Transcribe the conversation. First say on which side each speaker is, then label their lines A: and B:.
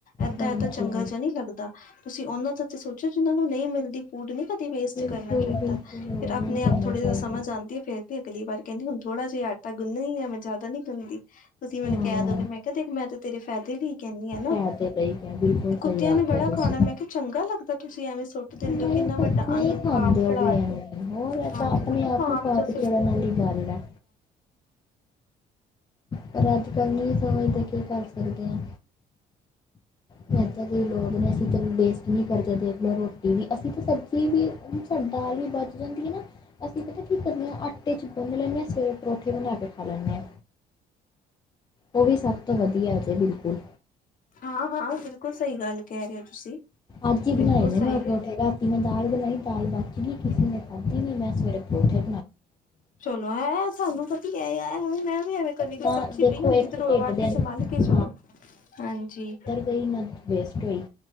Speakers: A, on the left; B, on the left.
A: ਏਦਾਂ
B: ਹਾਂਜੀ
A: ਏਦਾਂ ਚੰਗਾ ਜਿਹਾ ਨਹੀਂੀ ਲੱਗਦਾ ਤੁਸੀਂ ਉਹਨਾਂ ਦਾ ਸੋਚੋ ਜਿਨਾਂ ਨੂੰ ਨਹੀਂ ਮਿਲਦੀ ਫੂਡ ਨ ਕਦੇ ਵੇਸਟ
B: ਬਿਲਕੁਲ
A: ਕਰਨਾ ਚਾਹੀਦਾ,
B: ਬਿਲਕੁਲ ਉਹ
A: ਫਿਰ
B: ਨਹੀਂ
A: ਆਪਣੇ
B: ਕਰਨਾ
A: ਆਪ ਥੋੜ੍ਹਾ
B: ਚਾਹੀਦਾ
A: ਜਿ ਸਮਝ ਜਾਂਦੀ ਫਿਰਦੀ ਅਗਲੀ ਵਾਰ ਕਹਿੰਦੀ ਹੁਣ ਥੋੜਾ ਜਿਹਾ ਆਟਾ ਗੁੰਨਣੀ ਹੀ ਮੈਂ ਜ਼ਦਾ ਨਹੀਂ ਗੁੰਣਦੀ ਤੁਸੀਂ ਮੈਨੂੰ
B: ਹਾਂ
A: ਕਹਿ ਦੋਗੇ, ਮੈਂ ਕਿਹਾ ਦੇਖੋ ਮੈਂ ਤੇ ਤੇਰੇ ਫਾਇਦੇ ਲਈ ਕਹਿੰਦੀ ਆ ਨਾ
B: ਫਾਇਦੇ ਲਈ ਹੈ ਬਿਲਕੁਲ
A: ਤੇ, ਕੁੱਤਿਆਂ
B: ਸਹੀ ਆਖਿਆ
A: ਨੇ ਬੜਾ
B: ਤੁਸੀਂ
A: ਖਾਉਣਾ ਮੈਂ ਕਿਹਾ ਚੰਗਾ ਲੱਗਦਾ ਤੁਸੀਂ ਐਵੇਂ ਸੋਟ ਦਿੰਦੇ,
B: ਨਹੀਂ
A: ਕਿੰਨਾ
B: ਪ
A: ਵੱਡਾ
B: ਨਹੀਂ
A: ਅੰਨ
B: ਖਾਂਦੇ
A: ਪਾਪ
B: ਉਹ
A: ਚੜਾ
B: ਵੀ ਐਵੇਂ
A: ਰਿ
B: ਹੋਰ ਆਪਾਂ
A: ਹਾਂਜੀ,
B: ਆਪਣੇ
A: ਮੈਂ ਕਿਹਾ
B: ਆਪ ਨੂੰ
A: ਆਪਸ
B: ਪਾਪ
A: 'ਚ
B: ਚੜਨ ਵਾਲੀ ਗੱਲ ਹੈ ਪਰ ਅੱਜ ਕੱਲ੍ਹ ਨਹੀਂ ਸਮਝਦੇ, ਕੀ ਕਰ ਸਕਦੇ ਹਾਂ ਇਦਾ ਦੇ ਜੇ ਲੋਕ ਨੇ, ਅਸੀਂ ਤਾਂ ਵੇਸਟ ਵੀ ਨਹੀਂ ਕਰਦੇ ਦੇਖਲੋ ਰੋਟੀ ਵੀ ਅਸੀਂ ਤਾਂ ਸਬਜ਼ੀ ਵੀ ਦਾਲ ਵੀ ਬੱਚ ਜਾਂਦੀ ਹੈ ਨਾ ਅਸੀਂ ਪਤਾ ਕੀ ਕਰਨਦੇ ਹਾਂ ਆਟੇ ਚ ਗੁਨ ਲੈਂਦੇ ਹਾਂ ਸਵੇਰੇ ਪਰੌਠੇ ਬਣਾ ਕੇ ਖਾ ਲੈਂਦੇ ਹਾਂ- ਉਹ ਵੀ ਸਭ ਤੋਂ ਵਧੀਆ ਜੇ ਬਿਲਕੁਲ
A: ਹਾਂ ਹਾਂ, ਬਿਲਕੁਲ ਸਹੀ ਗੱਲ ਕਹਿ ਰਹੇ ਹੋ ਤੁਸੀਂ-
B: ਅੱਜ ਹੀ
A: ਬਿਲਕੁਲ
B: ਬਣਾਏ ਨੇ
A: ਸਹੀ
B: ਮੈਂ ਪਰੋਂਠੇ ਘਰ, ਅਤੇ ਮੈਂ ਦਾਾਲ ਬਣਾਈ ਦਾਾਲ ਬਾਚ ਗ, ਕਿਸੇ ਨੇ ਖਾਧੀ ਨਹੀਂ ਮੈਂ ਸਵੇਰੇ ਪਰੋਠੇਂ
A: ਚਲੋ ਹੈਂ ਸਾਨੂੰ ਵਧੀਆ ਹੈਵੇਂ, ਮੈਂ ਵੀ ਐਵੇਂ ਕਰਨੀ ਕੋਈ
B: ਨਾ
A: ਸਬਜ਼ੀ
B: ਦੇਖੋ
A: ਪਈ ਹੁੰਦੀ
B: ਇੱਕ ਤਾਂ ਢਿੱਡ
A: ਆਟੇ
B: ਦੇ
A: ਚ
B: ਅੰਦਰ
A: ਮਲ ਕੇ ਹੀ, ਚਲੋ ਹਾਂਜੀ
B: ਕਈ ਨਾ ਵੇਸਟ ਹੋਈ